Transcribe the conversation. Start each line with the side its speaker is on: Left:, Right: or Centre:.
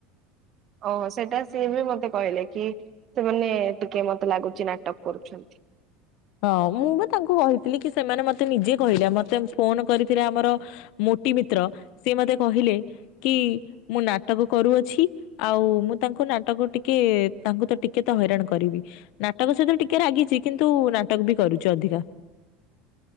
Right: ଓହୋ ସେଇଟା ସିଏ ବି ମତେ କହିଲେ। କି ସେମାନେ ଟିକେ ମତେ ଲାଗୁଚି ନାଟକ କରୁଛନ୍ତି। <inaudible>
Left: ହଁ ମୁଁ ବା ତାଙ୍କୁ କହିଥିଲି କି ସେମାନେ ମତେ ନିଜେ କହିଲେ। ଆ ମତେ ଫୋନ କରିଥିଲେ ଆମର ମୋ କୋଟି ମିତ୍ର, ସିଏ ମତେ କହିଲେ, କି ମୁଁ ନାଟକ କରୁଅଛି, ଆଉ ମୁଁ ତାଙ୍କ ତାଙ୍କୁ ନାଟକ ଟିକେ, ତାଙ୍କୁ ତ ଟିକେ ତ ହଇରାଣ କରିବି। ନାଟକ ସହିତ ବି ଟିକେ ରାଗିଚି, କିନ୍ତୁ ନା ଅଟକ ବି କରୁଛି ଅଧିକା। <inaudible>